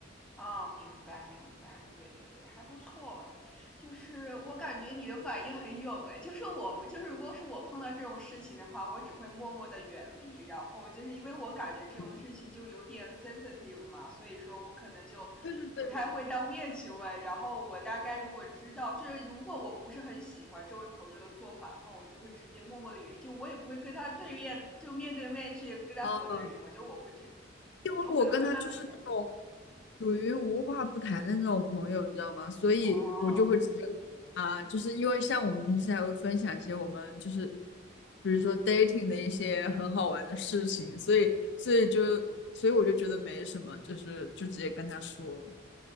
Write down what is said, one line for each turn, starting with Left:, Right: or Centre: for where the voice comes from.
Centre: 啊，明白明白，对对对，还不错。就是我感觉你的反应很勇诶，就是我们就是如果是我碰到这种事情的话，我只会默默的远离。然后就是因为我感觉这种事情就有点
Left: 嗯
Centre: sensitive 嘛，所以说我可能就不太会当面去问。
Left: 对对对，
Centre: 然后我大概如果知道，就是如果我不是很喜欢这位朋友的做法的话，我就会直接默默的远离，就我也不会跟他对面就面对面去跟他核对什么，
Left: 嗯，
Centre: 就我会去，
Left: 因为我跟他就是那种
Centre: 我可能会慢慢远
Left: 属于无话不谈的那种朋友，你知道吗？所以我就会直接
Centre: 哦，
Left: 啊，就是因为像我们平时还会分享一些我们就是比如说 dating 的一些很好玩的事情，所以所以就所以我就觉得没什么，就是就直接跟他说。